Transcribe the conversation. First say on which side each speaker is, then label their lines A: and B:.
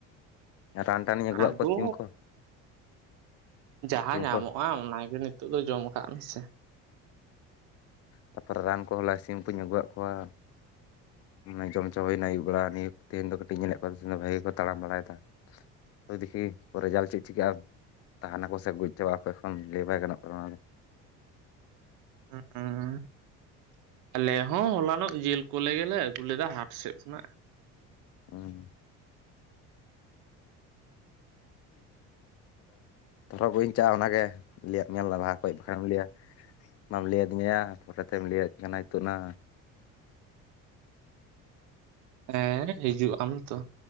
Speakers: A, on the left; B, on the right.
A: ᱨᱟᱱ ᱴᱟᱱ ᱤᱧ ᱟᱹᱜᱩᱣᱟᱜ
B: ᱟᱫᱚ
A: ᱠᱚᱣᱟ ᱥᱤᱢ ᱠᱚ
B: ᱡᱟᱸᱦᱟ
A: ᱥᱤᱢ
B: ᱧᱟᱢᱚᱜ-ᱟ
A: ᱠᱚ
B: ᱚᱱᱟ ᱜᱮ ᱱᱤᱛᱚᱜ ᱫᱚ ᱡᱚᱢ ᱠᱟᱜ ᱢᱮ ᱥᱮ
A: ᱛᱟᱯᱚᱨ ᱨᱟᱱ ᱠᱚ ᱦᱚᱞᱟ ᱥᱤᱢ ᱠᱩᱧ ᱟᱹᱜᱩᱣᱟᱫ ᱠᱚᱣᱟ ᱡᱚᱢ ᱦᱚᱸᱪᱚ ᱦᱩᱭ ᱱᱟ ᱟᱹᱭᱩᱵ ᱵᱮᱲᱟ ᱱᱤᱭᱟᱹ ᱛᱤᱦᱤᱧ ᱫᱚ ᱠᱟᱹᱴᱤᱡ ᱤᱧ ᱧᱮᱞ ᱮᱫ ᱠᱚᱣᱟ ᱵᱷᱟᱜᱮ ᱜᱮ ᱠᱚ ᱛᱟᱲᱟᱢ ᱵᱟᱲᱟᱭ ᱫᱟ ᱫᱮᱠᱷᱤ ᱨᱮᱡᱟᱞ ᱪᱮᱫ ᱪᱤᱠᱟᱹᱜ-ᱟ ᱛᱟᱦᱮᱱ ᱟᱠᱚ ᱥᱮ ᱜᱚᱡ ᱪᱟᱵᱟᱜ-ᱟ ᱟᱠᱚ ᱮᱠᱷᱚᱱ ᱞᱟᱹᱭ ᱵᱟᱭ ᱜᱟᱱᱚᱜ ᱠᱟᱱᱟ ᱚᱱᱟ ᱫᱚ <inaudible>
B: ᱦᱩᱸ ᱟᱞᱮ ᱦᱚᱸ ᱦᱚᱞᱟ ᱱᱚᱜ ᱡᱮᱞ ᱠᱚᱞᱮ ᱜᱮᱞᱮ ᱟᱹᱜᱩ ᱞᱮᱫᱟ ᱦᱟᱴ ᱥᱮᱫ ᱠᱷᱚᱱᱟᱜ᱾
A: <unintelligible> ᱛᱟᱦᱞᱮ ᱵᱟᱹᱧ ᱪᱟᱣᱱᱟ ᱚᱱᱟ ᱜᱮ ᱞᱟᱹᱭ ᱟᱫ ᱢᱮᱭᱟ ᱞᱟᱦᱟ ᱠᱷᱚᱡᱽ ᱵᱟᱠᱷᱟᱱ ᱞᱟᱹᱭ-ᱟ ᱵᱟᱢ ᱞᱟᱹᱭ ᱟᱹᱫᱤᱧᱭᱟ ᱯᱚᱨᱮ ᱛᱮᱢ ᱞᱟᱹᱭ ᱟᱹᱧ ᱠᱟᱱᱟ ᱱᱤᱛᱚᱜ ᱱᱟ
B: ᱦᱮᱸ ᱦᱤᱡᱩᱜ ᱟᱢ ᱛᱚ